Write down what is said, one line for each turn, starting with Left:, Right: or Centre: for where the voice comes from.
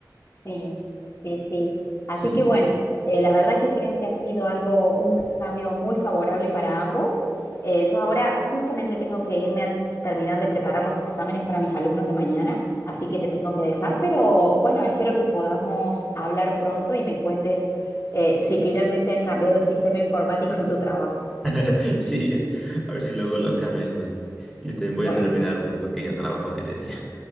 Left: Sí, sí, sí.
Centre: Sí.
Left: Así que bueno, eh, la verdad que creo que ha sido algo, un cambio muy favorable para ambos. Eh, yo ahora justamente tengo que irme a terminar de preparar los exámenes para mis alumnos de mañana, así que te tengo que dejar, pero bueno, espero que podamos hablar pronto y me cuentes eh, si finalmente han cambiado el sistema informático en tu trabajo.
Centre: <laughs> Sí, a ver si luego lo cambian, ¿no? Sí. Yo también voy
Left: Bueno,
Centre: a terminar un pequeño trabajo que tenía.